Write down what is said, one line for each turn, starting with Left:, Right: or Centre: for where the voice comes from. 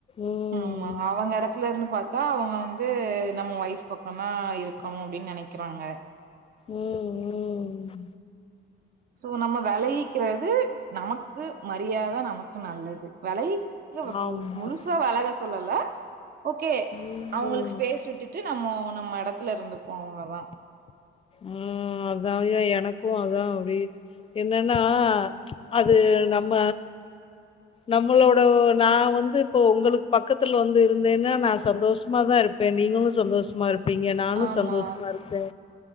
Left: ம்.
Right: ஆமா அவங்க எடத்துல இருந்து பாத்தா அவங்க வந் து நம்ம ஒய்ஃப் பக்கம் தான் இருக்கணும் அப்டின்னு நெனைக்கிறாங்க
Left: ம் ம்
Right: சோ நம்ம வெளகிக்கிறது நமக்கு மரியாத நமக்கு நல்லது வெளகி <unintelligible>
Left: ஆமா.
Right: முழுசா வெலக சொல்லல ஒகே
Left: ம்.
Right: அவங்ளுக்கு ஸ்பேஸ் விட்டுட்டு நம்மோ நம்ம எடத்துல இருந்து போனோங்கதா
Left: ம் அத யா எனக்கு அதா வெ என்னன்னா அது நம்ம நம்மளோட நா வந்து இப்போ உங்களுக் பக்கத்துல வந்து இருந்தேனா நா சந்தோஷமாதா இருப்பே நீங்களு சந்தோஷமா இருப் பிங்க நானு
Right: ஆமா
Left: சந்தோஷமா இருப்பே